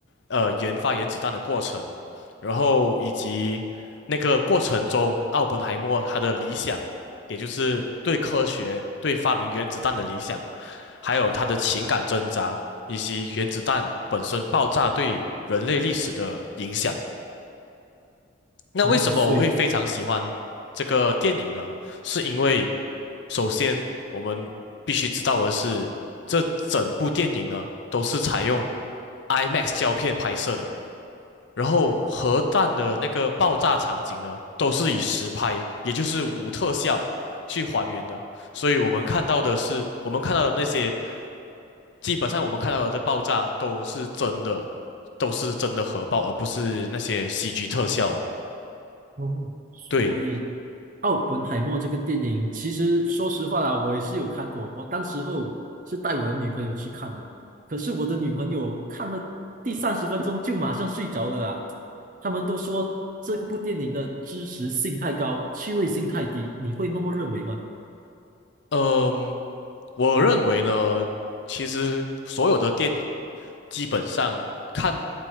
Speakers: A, on the left (about 60°); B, on the right (about 40°).
A: 呃研发原子弹的过程，然后以及那个过程中奥本海默他的理想，也就是对科学、对发明原子弹的理想，还有他的情感挣扎，以及原子弹本身爆炸对人类历史的影响。那为什么我会非常喜欢这个电影呢？
B: 哦，所以
A: 是因为首先，我们必须知道的是，这整部电影呢都是采用 IMAX 胶片拍摄的，然后核弹的那个爆炸场景呢都是以实拍，也就是无特效去还原的，所以我们看到的是，我们看到的那些，基本上我们看到的这爆炸都是真的，都是真的核爆，而不是那些 CG 特效哦。
B: 哦，
A: 对，
B: 所以《奥本海默》这个电影，其实说实话啦，我也是有看过。我当时候是带我的女朋友去看的，可是我的女朋友看了第三十分钟就马上睡着了啊。他们都说这个部电影的知识性太高，趣味性太低，你会那么认为吗？
A: 嗯、我认为呢，其实所有的电影基本上看